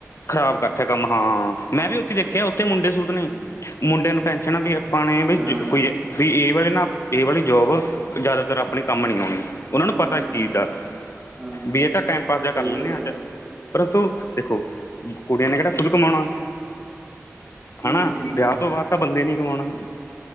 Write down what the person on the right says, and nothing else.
ਹੂੰ
ਹਾਂ
ਹਾਂ
ਹਾਂ
ਸਹੀ
ਗੱਲ
ਹੂੰ